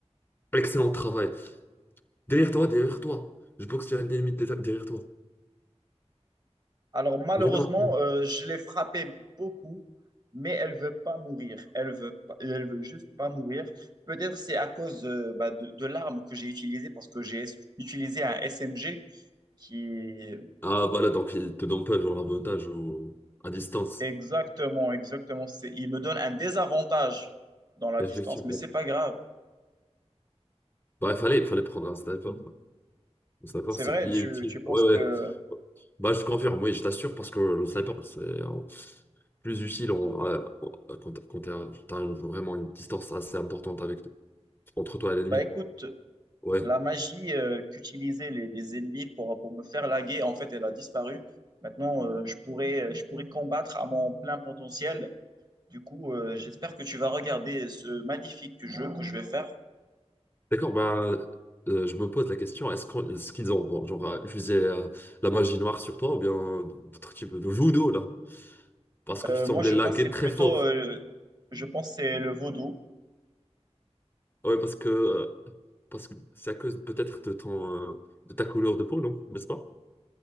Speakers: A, on the left; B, on the right.
A: Excellent travail. Derrière toi, derrière toi. Je pense qu'il y a un ennemi dé- derrière toi.
B: Alors malheureusement,
A: Mais non.
B: euh, je l'ai frappée beaucoup, mais elle veut pas mourir. Elle veut pas- elle veut juste pas mourir. Peut-être c'est à cause euh, bah, de, de l'arme que j'ai utilisée parce que j'ai utilisé un SMG qui est-
A: Ah, voilà, donc il te donne pas genre l'avantage au- à distance.
B: exactement, exactement. C'est- il me donne un désavantage dans la
A: Effectivement.
B: distance, mais c'est pas grave.
A: Bah, il fallait, il fallait prendre un sniper. Le sniper,
B: C'est
A: c'est
B: vrai,
A: plus
B: tu,
A: utile.
B: tu penses
A: Ouais, ouais.
B: que
A: Bah, je confirme, oui, je t'assure, parce que le sniper, c'est euh, plus utile en- euh, quand t'as quand t'as- t'as une- vraiment une distance assez importante avec, entre toi et l'ennemi.
B: bah écoute,
A: Ouais.
B: La magie euh, qu'utilisaient les, les ennemis pour, pour me faire laguer, en fait, elle a disparu. Maintenant, euh, je pourrais, je pourrais combattre à mon plein potentiel. Du coup, euh, j'espère que tu vas regarder ce magnifique jeu que je vais faire.
A: D'accord, bah, euh, je me pose la question, est-ce qu'on- est-ce qu'ils ont bon, genre, euh, utilisé euh, la magie noire sur toi ou bien d'autres types de judo, là? Parce que
B: Euh,
A: tu semblais
B: moi, je
A: laguer
B: pense que c'est
A: très
B: plutôt,
A: fort.
B: euh, je pense que c'est le vaudou.
A: Ouais, parce que euh, parce que c'est à cause peut-être de ton euh, de ta couleur de peau, non? N'est-ce pas?